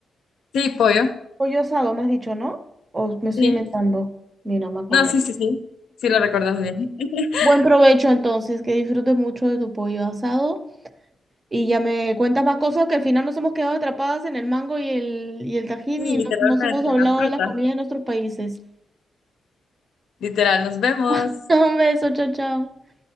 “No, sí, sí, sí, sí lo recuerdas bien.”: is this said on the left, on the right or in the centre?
Left